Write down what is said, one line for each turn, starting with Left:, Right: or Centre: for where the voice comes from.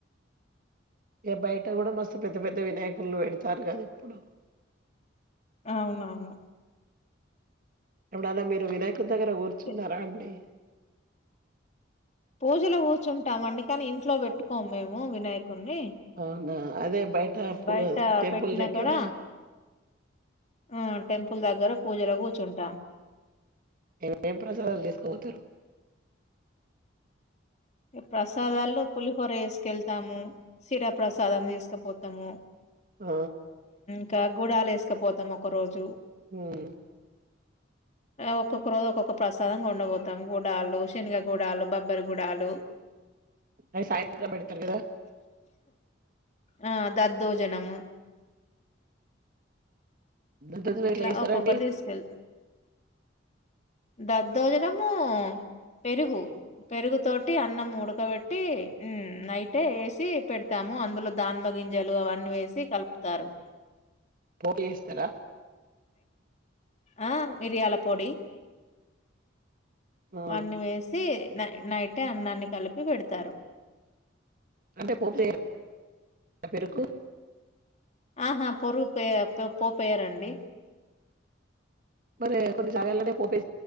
Right: ఇగ బయట కూడా మస్తు పెద్ద పెద్ద వినాయకులు పెడతారు కదా ఇప్పుడు
Left: అవునవును
Right: ఎప్పుడన్నా మీరు వినాయకుని దగ్గర కూర్చున్నారా
Left: తే
Right: అండి
Left: పూజలో కూర్చుంటాం అండి కాని ఇంట్లో పెట్టుకోము మేము వినాయక కొని
Right: అవునా అదే బయట
Left: బయట
Right: టెంపుల్
Left: పెట్టినాక్కడ
Right: దగ్గర
Left: ఆ టెంపుల్ దగ్గర పూజలో కూర్చుంటాం
Right: ఏమేం ప్రసాదాలు చేసుకో పోతారు
Left: ప్రసాదాల్లో పులిహోర వేసుకెళ్తాము శిరా ప్రసాదం తీసుకపోతాము
Right: ఆ
Left: ఇక గూడాల ఎసుకపోతాం ఒక రోజు
Right: ఉమ్
Left: ఒక్కొక్క రోజు ఒక్కొక్క ప్రసాదంగా కొండబొతం గుూడాలు శనగగూడాలు బబ్బరి గూడాలు
Right: అయి సాయంత్రం పెడతారు కదా
Left: ఆ దద్దోజనము
Right: దాంతో
Left: ఇట్లా
Right: ఎట్లా చేస్తారండి
Left: ఒక్కొక్కరు తీసుకెళ్తా దద్దోజనము పెరుగు పెరుగు తోటి అన్నంము ఉడకబెట్టి నైటే వేసి పెడతాము అందులో ధన్మ గింజలు అవన్నీ వేసి కలిప తారు
Right: పోటీ ఎస్తారా
Left: ఆ మిరియాల పొడి
Right: ఆ
Left: అన్నీ వేసి నై నైటే అన్నాన్ని కలిపి పెడతారు
Right: అంటే కోక్లేయర్రా పెరుకు
Left: ఆహా పొరు పే పొ పోపెయరండి
Right: మరి కొన్ని జగలనే పోపే